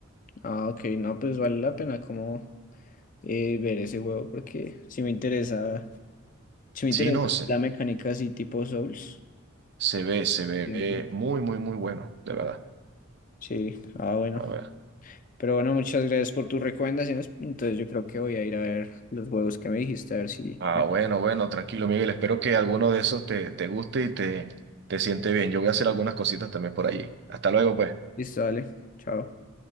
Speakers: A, on the left; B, on the right.
A: Ah, ok, no, pues vale la pena como eh, ver ese juego porque sí me interesa Si me
B: Sí,
A: interesa
B: no
A: así
B: sé,
A: la mecánica así tipo Souls.
B: se ve, se ve
A: Entiendo.
B: eh, muy, muy, muy bueno, de verdad.
A: Sí, ah, bueno.
B: A ver.
A: Pero bueno, muchas gracias por tus recomendaciones. Entonces yo creo que voy a ir a ver los juegos que me dijiste, a ver si
B: Ah,
A: me...
B: bueno, bueno, tranquilo, Miguel. Espero que alguno de esos te, te guste y te, te siente bien. Yo voy a hacer algunas cositas también por allí. Hasta luego, pues.
A: Listo, dale. Chao.